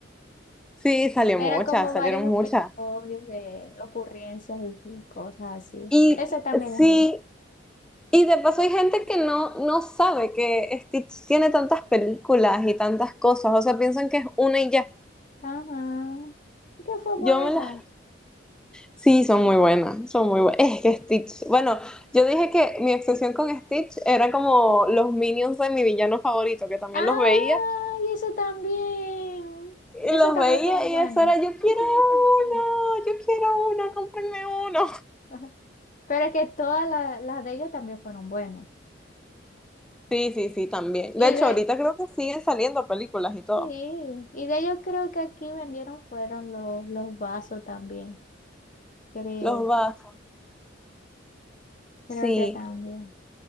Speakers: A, in the centre; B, on the left (about 45°).
A: Sí, salió
B: Era
A: muchas,
B: como varios
A: salieron
B: episodios
A: muchas.
B: de ocurrencias y y cosas así.
A: Y
B: Esa también
A: sí,
B: la vi.
A: Y de paso hay gente que no, no sabe que Stitch tiene tantas películas y tantas cosas, o sea, piensan que es una y ya.
B: Ajá. Que fue
A: Yo
B: buena.
A: me las... Sí, son muy buenas, son muy buenas. Es que Stitch, bueno, yo dije que mi obsesión con Stitch era como los minions de mi villano favorito, que también
B: Ah,
A: los veía,
B: y eso también.
A: y
B: Eso
A: los
B: también
A: veía
B: fueron buenos.
A: y eso era, yo quiero uno, yo quiero uno, cómprenme uno.
B: Ajá. Pero es que todas la- las de ellos también fueron buenas.
A: Sí, sí, sí, también.
B: Y
A: De hecho,
B: de,
A: ahorita creo que siguen saliendo películas y todo.
B: sí, y de ellos creo que aquí vendieron fueron los, los vasos también. Creo,
A: Los vasos,
B: creo
A: sí.
B: que también.